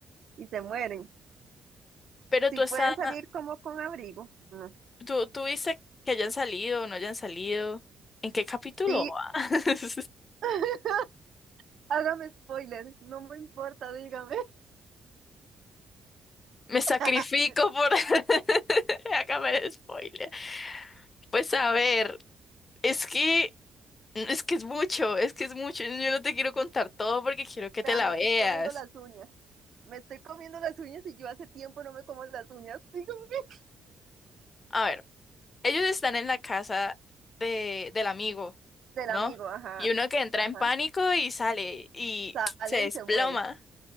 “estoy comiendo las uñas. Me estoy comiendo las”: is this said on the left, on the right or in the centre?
Right